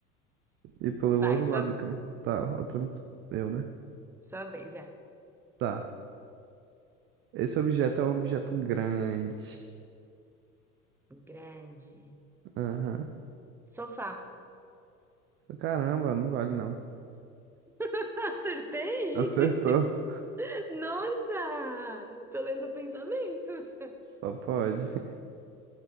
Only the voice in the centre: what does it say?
Vai,
sua,
sua vez, é.
Grande.
Sofá.
<laughs> Acertei!
Nossa! Tô lendo pensamentos.